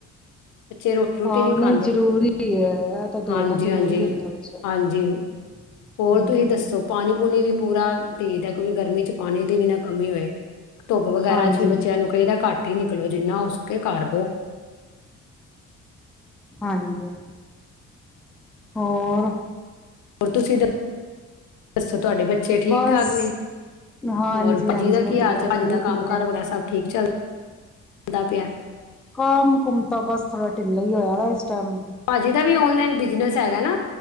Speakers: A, on the left (about 80°); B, in the centre.
A: ਬੱਚੇ ਰੋਟੀ ਰੋਟੀ
B: ਹਾ
A: ਨਹੀਂ
B: ਉਹਨੇ
A: ਖਾਂਦੇ
B: ਜ਼ਰੂਰੀ ਹੈ ਤਾਂ ਦੇਣਾ
A: ਹਾਂਜੀ
B: ਜ਼ਰੂਰੀ
A: ਹਾਂਜੀ
B: ਹੁੰਦਾ ਬੱਚਿਆਂ
A: ਹਾਂਜੀ
B: ਨੂੰ
A: ਹੋਰ
B: ਹੂੰ,
A: ਤੁਸੀਂ ਦੱਸੋ ਪਾਣੀ ਪਾਣੀ ਵੀ ਪੂਰਾ ਦਈਦਾ ਹੈ ਕਿਉਕਿ ਗਰਮੀ ਚ ਪਾਣੀ ਦੀ ਵੀ ਨਾ ਕਮੀ ਹੋਏ ਧੁੱਪ ਵਗੈਰਾ
B: ਹਾਂਜੀ,
A: ਚ ਵੀ ਬੱਚਿਆਂ ਨੂੰ ਕਹਿੰਦਾ ਘੱਟ ਘੱਟ ਹੈ ਨਿਕਲੋ ਜਿਨ੍ਹਾਂ ਹੋ ਸਕੇ ਘਰ ਬੈਠੋ
B: ਹੈਲੋ ਹੋਰ
A: ਹੋਰ ਤੁਸੀਂ ਦੱਸੋ ਤੁਹਾਡੇ ਬੱਚੇ ਬੱਚੇ ਠੀਕ
B: ਬਸ
A: ਠਾਕ ਨੇ
B: ਹਾਂਜੀ,
A: ਹੋਰ ਭਾਜੀ
B: ਹਾਂਜੀ
A: ਦਾ
B: ਵਧੀਆ
A: ਕੀ ਹਾਲ ਚ ਭਾਜੀ
B: ਠੀਕ
A: ਦਾ ਕੰਮ
B: ਨੇ।
A: ਕਾਰ ਵਗੈਰਾ ਸਭ ਠੀਕ ਚੱਲਦਾ ਖਾਂਦਾ ਪਿਆ
B: ਕੰਮ ਕੁੁੰਮ ਤਾਂ ਬਸ ਥੋੜਾ ਢਿੱਲਾ ਹੋਇਆ ਪਿਆ ਸ ਤਾਮ <inaudible>
A: ਭਾਜੀ ਦਾ ਵੀ ਔਨਲਾਈਨ ਬਿਜਨਸ ਹੈਗਾ ਨਾ